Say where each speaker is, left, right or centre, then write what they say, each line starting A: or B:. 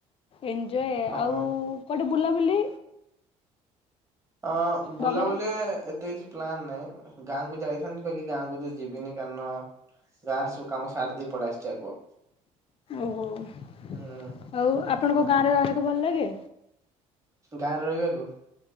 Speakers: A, on the left; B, on the right.
A: ଏନଞ୍ଜୟ
B: ହଁ।
A: ଆଉ କୁଆଡେ ବୁଲାବୁଲି
B: ଅଁ, ବୁଲାବୁଲି
A: ବଗେରା
B: ଏତେ କିଛି ପ୍ଲାାନ୍ ନାଇଁ ଗାଁକୁ ଯାଇଥାନ୍ତି, ବାକି ଗାଁକୁ ତ ଯିବିନି କାରଣ ଗାଁ ରେ ସବୁ କାମ ସାରିଦେଇ ପଳେଇ ଆସିଚି ଆଗୁଆ।
A: ଓହୋ ଆଉ
B: ହୁଁ
A: ଆପଣଙ୍କୁ ଗାଁ ରେ ରହିବାକୁ ଭଲ ଲାଗେ?
B: ଗାଁରେ ରହିବାକୁ।